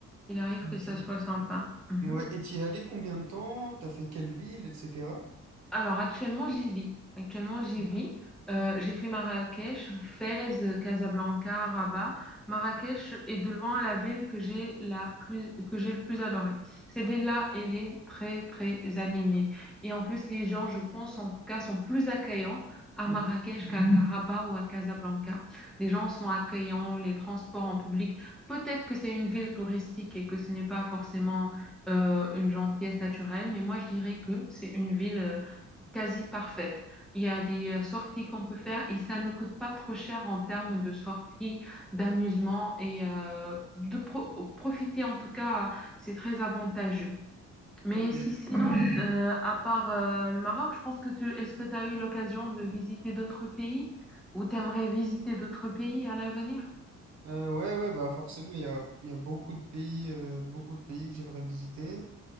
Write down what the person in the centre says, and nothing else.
Il arrive que ça
soit sympa. Mhm.
Alors actuellement j'y vis. Actuellement
j'y vis. Euh, j'ai fait Marrakech, Fès, Casablanca, Rabat. Marrakech est de loin la ville que j'ai la plus que j'ai le plus adorée. Cette ville-là, elle est très très animée. Et en plus les gens, je pense en tout cas, sont plus accueillants à
Marrakech qu'à qu'à Rabat ou à Casablanca. Les gens sont accueillants, les transports en public. Peut-être que c'est une ville touristique et que ce n'est pas forcément euh, une gentillesse naturelle, mais moi je dirais que c'est une ville euh, quasi parfaite. Il y a des euh, sorties qu'on peut faire et ça ne coûte pas trop cher en termes de sorties, d'amusement et euh, de pro- profiter en tout cas, c'est très avantageux. Mais
si sinon, euh, à part euh, le Maroc, je pense que tu est-ce que tu as eu l'occasion de visiter d'autres pays ou t'aimerais visiter d'autres pays à l'avenir?